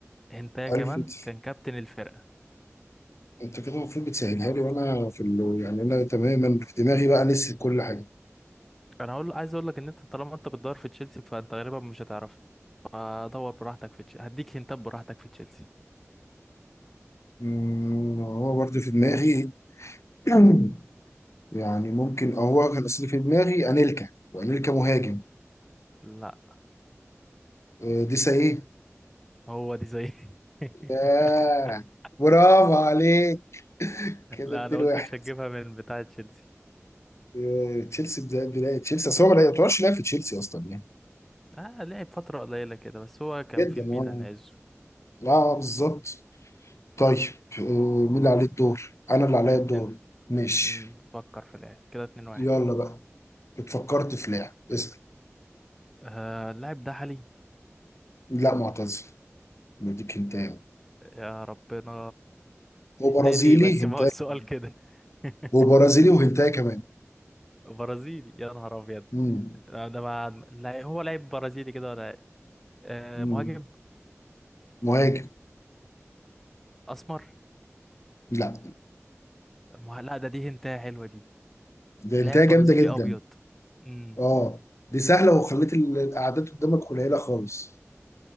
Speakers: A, in the centre; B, on the left (about 65°).
A: هنتايا
B: عارف
A: كمان
B: انت
A: كان كابتن الفرقة
B: انت كده المفروض بتسهلها لي وانا في ال... يعني انا تماما في دماغي بقى نسيت كل حاجه
A: انا هقول عايز اقول لك ان انت طالما انت بتدور في تشيلسي فانت غالبا مش هتعرفه فدور براحتك في تشيلسي هديك هنتات براحتك في تشيلسي
B: أمم، هو برضه في دماغي <clears throat> يعني ممكن أه هو كان اصلي في دماغي انيلكا وانيلكا مهاجم
A: لا
B: آه، دي ايه
A: هو دي زي <laughs>
B: ياه برافو عليك كده
A: لا
B: اديله
A: انا قلت
B: واحد
A: مش هتجيبها من بتاع تشيلسي
B: آه، تشيلسي بدا- بدايه تشيلسي اصل هو ما يعتبرش لاعب في تشيلسي اصلا يعني
A: اه لعب فترة قليلة كده بس هو كان
B: جدا
A: في الميلان
B: اه
A: عزه
B: لا بالظبط طيب آه، مين اللي عليه الدور انا اللي عليا الدور
A: كان-
B: ماشي
A: مم، فكر في اللاعب كده 2-1
B: يلا بقى اتفكرت في لاعب اسأل
A: آه اللاعب ده حالي
B: لا معتزل بديك هنتايه
A: يا ربنا
B: وبرازيلي
A: هدايتي ايه بس
B: هنتايه
A: ما هو السؤال
B: كمان
A: كده <laughs>
B: وبرازيلي وهنتايه كمان
A: برازيلي يا نهار ابيض
B: مم.
A: لا، ده ما لا هو لاعب برازيلي كده ولا إيه؟ آه
B: مم.
A: مهاجم
B: مهاجم
A: اسمر
B: لا
A: مه... لا ده دي هنتايه حلوه دي
B: ده
A: لاعب
B: هنتايه جامدة
A: برازيلي
B: جدا
A: ابيض امم
B: اه دي سهلة وخليت ال- الأعداد قدامك قليلة خالص